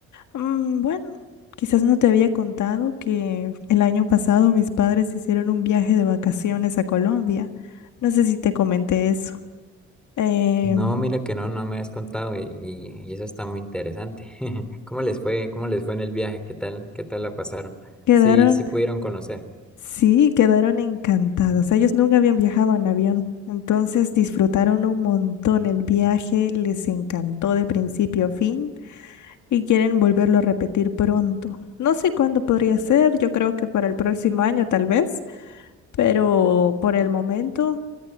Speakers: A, on the left; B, in the centre.
A: Mm, bueno, quizás no te había contado que el año pasado mis padres hicieron un viaje de vacaciones a Colombia. No sé si te comenté eso. Em,
B: No, mira que no, no me has contado y, y- y eso está muy interesante. <laughs> ¿Cómo les fue? ¿Cómo les fue en el viaje? ¿Qué tal? ¿Qué tal la pasaron?
A: quedaron,
B: Sí, sí pudieron conocer.
A: sí, quedaron encantados. Ellos nunca habían viajado en avión. Entonces disfrutaron un montón el viaje, les encantó de principio a fin. y quieren volverlo a repetir pronto. No sé cuándo podría ser, yo creo que para el próximo año tal vez, pero por el momento